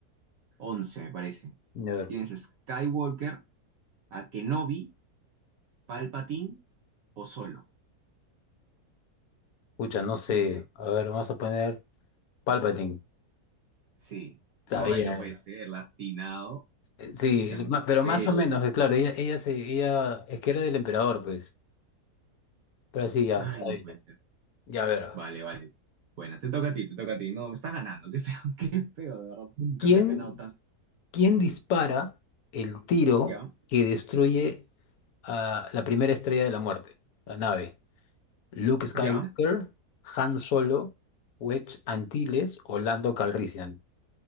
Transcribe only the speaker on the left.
A ver.
Escucha, no sé.
A ver, vamos a poner Palpatine.
Sabía.
Eh, Sí,
ma- pero más o menos, eh, claro, ella, ella se, ella, es que era del emperador, pues. Pero sí, ya,
está
bien.
Ya, a ver.
¿Quién,
quién dispara el tiro
que destruye a la primera estrella de la muerte? La nave. Luke Skywalker,
Han Solo, Wedge Antilles o Lando Calrissian.